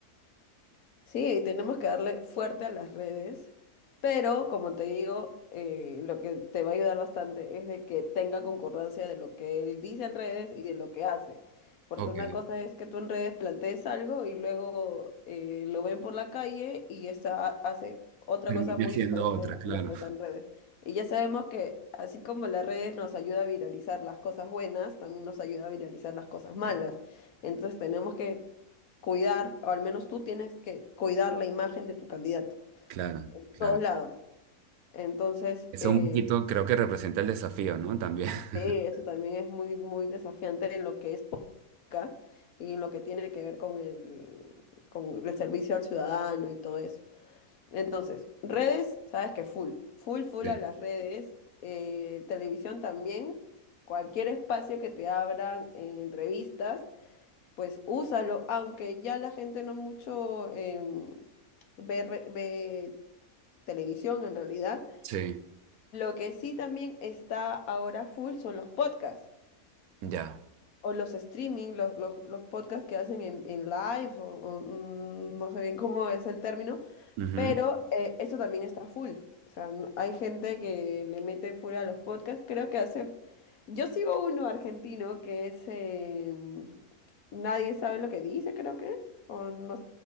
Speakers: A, on the left (about 70°); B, on the right (about 80°).
A: Sí, tenemos que darle fuerte a las redes, pero como te digo, eh, lo que te va a ayudar bastante es de que tenga concordancia de lo que él dice en redes y de lo que hace. Porque
B: Ok.
A: una cosa es que tú en redes plantees algo y luego eh, lo ven por la calle y esa hace otra
B: Terminé
A: cosa muy
B: siendo
A: diferente
B: otra, claro,
A: a lo que
B: <laughs>
A: está en redes. Y ya sabemos que así como las redes nos ayuda a viralizar las cosas buenas, también nos ayuda a viralizar las cosas malas. Entonces tenemos que cuidar, o al menos tú tienes que cuidar la imagen de tu candidato,
B: claro,
A: en
B: claro.
A: todos lados. Entonces,
B: Eso
A: eh,
B: un poquito creo que representa el desafío, ¿no? También. <laughs>
A: sí, eso también es muy, muy desafiante en lo que es política y en lo que tiene que ver con el, con el servicio al ciudadano y todo eso. Entonces, redes, sabes que full, full, full
B: Sí,
A: a las redes, eh, televisión también, cualquier espacio que te abran en entrevistas, pues úsalo, aunque ya la gente no mucho em, ve, re- ve televisión en realidad.
B: sí,
A: Lo que sí también está ahora full son los podcasts
B: ya.
A: o los streaming, los, los, los podcasts que hacen en, en live o, o, mm, no sé bien cómo es el término,
B: Ujú.
A: pero eh, esto también está full. O sea, n- hay gente que le mete full a los podcasts. Creo que hace... Yo sigo uno argentino que es... eh, Nadie sabe lo que dice, creo que es. O no,